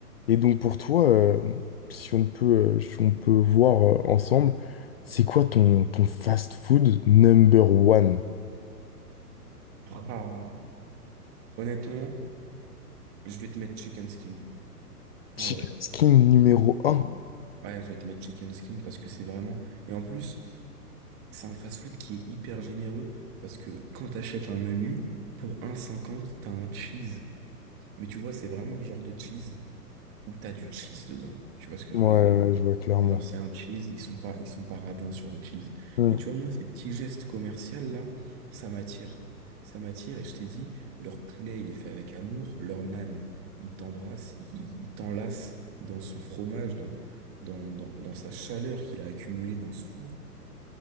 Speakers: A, on the left (about 40°); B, on the right (about 30°).
A: Et donc pour toi, euh, si on peut, euh, si on peut voir euh, ensemble, c'est quoi ton, ton fast food number one?
B: Ah. Honnêtement, je vais te mettre chicken skin,
A: Chicken
B: en vrai.
A: skin numéro un?
B: Ouais. Ouais, je vais te mettre chicken skin parce que c'est vraiment... Et en plus, c'est un fast-food qui est hyper généreux parce que quand t'achètes un menu, pour un cinquante t'as un cheese. Mais tu vois, c'est vraiment le genre de cheese. où t'as du cheese dedans. Tu vois ce que
A: Ouais,
B: je veux
A: ouais,
B: dire?
A: je vois clairement.
B: Genre, c'est un cheese, ils sont pas, ils sont pas radins sur le cheese.
A: Hmm.
B: Et tu vois, moi, ces petits gestes commerciaux là, ça m'attire. Ça m'attire et je t'ai dit, leur poulet, il est fait avec amour, leur nan il t'embrasse, il, il t'enlace dans son fromage, dans, dans, dans, dans sa chaleur qu'il a accumulée dans ce four.